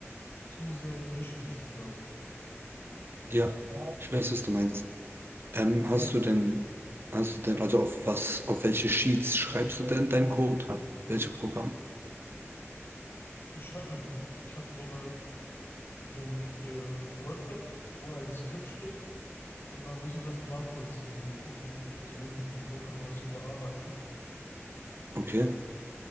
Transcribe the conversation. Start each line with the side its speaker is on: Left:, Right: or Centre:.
Left: zu sehr Nischenwissen, glaube ich.
Right: ja. Ich weiß, was du meinst. Ähm, hast du denn, hast du denn, also auf was, auf welche Sheets schreibst du denn deinen Code? Welche Programm?
Left: Ich schreibe meinen Code nicht. Ich habe so eine, so ein äh, WordPad, wo ein Skript steht und dann muss ich das nachvollziehen und gucken und versuchen und wo kann man das überarbeiten.
Right: Okay,